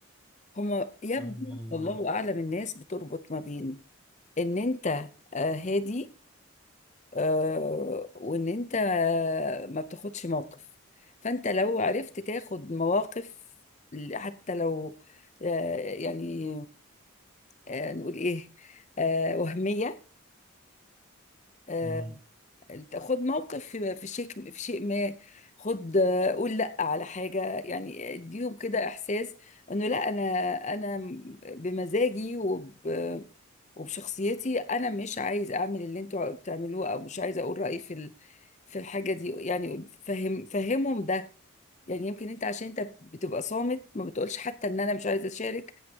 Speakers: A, on the left; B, in the centre.
A: هما يبدو
B: اما ال...
A: والله اعلم الناس بتربط ما بين ان انت آه، هادي آه، وان انت آه، ما بتاخدش موقف فانت لو عرفت تاخد مواقف ل- حتى لو آه، يعني آه، نقول ايه آه، وهمية آه،
B: مم.
A: خد موقف في في شيء في شيء ما خد آه، قول لا على حاجة يعني اديهم كده احساس انه لا انا انا بمزاجي وب وبشخصيتي انا مش عايز اعمل اللي انتوا بتعملوه او مش عايز اقول رأيي في ال- في الحاجة دي يعني فهم فهمهم ده يعني يمكن انت عشان انت بتبقى صامت ما بتقولش حتى ان انا مش عايزة اشارك